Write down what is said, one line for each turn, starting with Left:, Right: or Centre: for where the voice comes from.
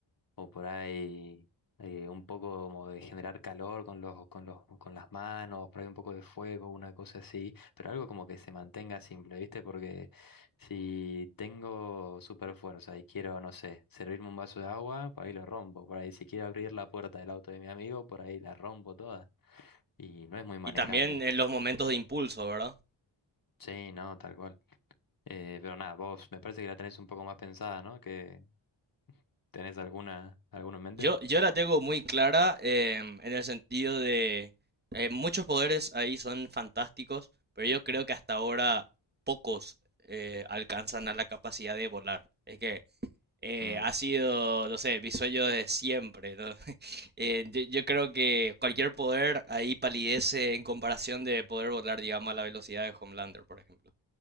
Left: o por ahí eh, un poco como de generar calor con los, con los, con las manos, por ahí un poco de fuego, una cosa así, pero algo como que se mantenga simple, ¿viste? Porque si tengo super fuerza y quiero, no sé, servirme un vaso de agua, por ahí lo rompo, por ahí si quiero abrir la puerta del auto de mi amigo, por ahí la rompo toda y no es muy manejable.
Right: Y también en los momentos de impulso, ¿verdad?
Left: Sí, no, tal cual. Eh, pero nada, vos me parece que la tenés un poco más pensada, ¿no? Que tenés alguna, alguna en mente.
Right: Yo, yo la tengo muy clara em, en el sentido de eh, muchos poderes ahí son fantásticos, pero yo creo que hasta ahora pocos eh, alcanzan a la capacidad de volar. Es que eh,
Left: Mm,
Right: ha sido, no sé, mi sueño de siempre, ¿no? <laughs> Eh, yo, yo creo que cualquier poder ahí palidece en comparación de poder volar, digamos, a la velocidad de Homelander, por ejemplo.